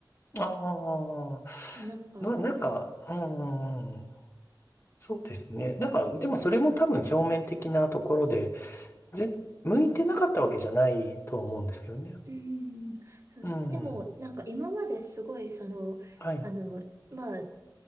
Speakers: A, on the left (about 30°); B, on the right (about 35°).
A: ああ、
B: なんか、
A: まなんか、うんうんうん、そうですね。なんか、でもそれも多分表面的なところで、ぜ、向いてなかったわけじゃないとは思うんですけどね。
B: うん、そう、
A: うん。
B: でも、なんか今まですごい、その、
A: はい。
B: あの、まあ、